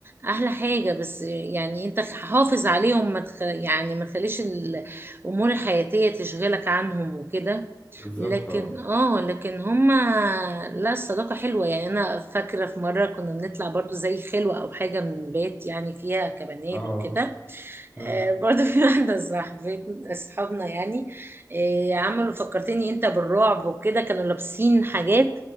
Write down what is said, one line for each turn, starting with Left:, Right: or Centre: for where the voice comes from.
Right: احلى حاجه بس يعني انت حافظ عليهم ما تخ... يعني ما تخليش الامور الحياتيه تشغلك عنهم وكده
Left: بالظبط
Right: لكن
Left: اه
Right: اه لكن هما لا الصداقة حلوة يعني انا فاكرة في مرة كنا بنطلع برضو زي خلوة او حاجة من بيت يعني فيها كبنات
Left: اه
Right: وكده
Left: مم.
Right: آه، برضه في واحدة صاحبت صحابنا يعني آه، عملوا فكرتني انت بالرعب وكده كانوا لابسين حاجات